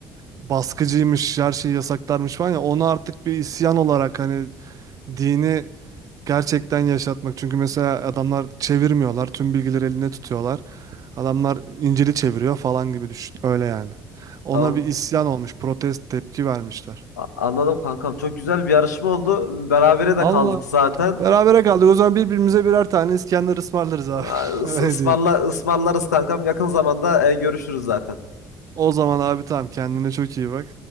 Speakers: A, on the right; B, on the left.
A: baskıcıymış, her şeyi yasaklarmış falan ya onu artık bir isyan olarak hani dini gerçekten yaşatmak. Çünkü mesela adamlar çevirmiyorlar, tüm bilgileri eline tutuyorlar. Adamlar İncil'i çeviriyor falan gibi düşün. Öyle yani. Ona
B: tamam.
A: bir isyan olmuş, protest tepki vermişler.
B: A- anladım kankam. Çok güzel bir yarışma oldu. Berabere
A: Allah.
B: de kaldık zaten.
A: Berabere kaldık. O zaman birbirimize birer tane İskender ısmarlarız abi.
B: Aa,
A: <laughs>
B: Is
A: Öyle
B: ısmarla
A: diyeyim.
B: ısmarlarız kankam. Yakın zamanda e, görüşürüz zaten.
A: O zaman abi tamam kendine çok iyi bak.